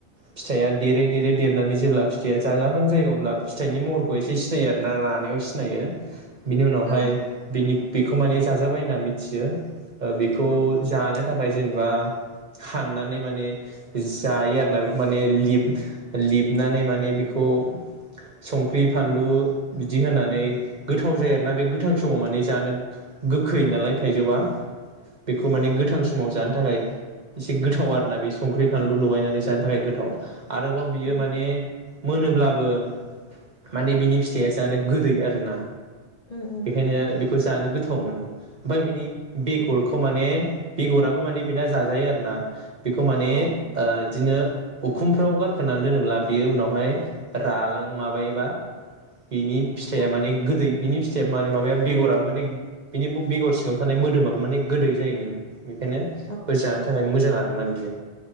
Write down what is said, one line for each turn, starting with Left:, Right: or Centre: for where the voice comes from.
Right: फिथाइया देरै देरै देरनानै जेब्ला फिथाइया जाजाहां जायो अब्ला फिथाइनि महरखौ एसे सिनायो आरोना रानायाव सिनायो। बिनि उनावहाय
Left: औ औ
Right: बिनि बेखौ माने जाजाबाय होनना मिथियो ओ खौ
Left: औ
Right: जानो थाखाय जेनेबा हाननानै माने जायो आरोना बेखौ माने लिब लिबनानै माने बेखौ संख्रि फानलु बि बिदि होनानै गोथाव जायो आरोना बे गोथां समाव माने जानो गोखै नालाय थाइजौआ बेखौ माने गोथां समाव जानो थाखाय एसे गोथाव आरोना बे संख्रि फानलु लगायनानै जानो थाखाय थाव आरोबाव बियो
Left: औ
Right: माने मोनोब्लाबो माने बिनि फिथाइआ जानो गोदै आरोना।
Left: उम उम
Right: बेखायनो बेखौ जानो गोथाव गोथाव मोनो ओमफ्राइ बिनि बेगर
Left: औ
Right: खौ माने बेगराबो माने बेना जाजायो आरोना। बेखौ माने
Left: औ
Right: ओ बिदिनो उखुमफ्राव गारखोनानै दोनोब्ला बेयो उनावहाय रालां माबायोबा बिनि फिथाइया
Left: औ
Right: माने गोदै बिनि फिथाइ मे माबाया बेगराबो माने बिनि बेगर सिङाव थानाय मोदोमाबो माने जायोनो। बेखायनो
Left: औ
Right: बे जानो थाखाय मोजां आरो नाग गैया।